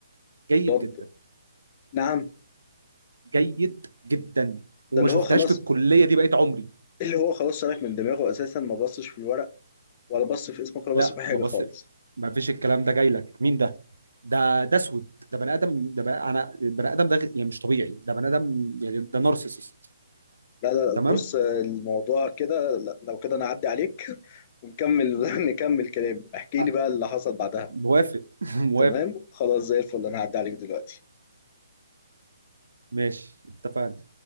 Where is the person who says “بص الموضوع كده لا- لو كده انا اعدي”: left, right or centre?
Left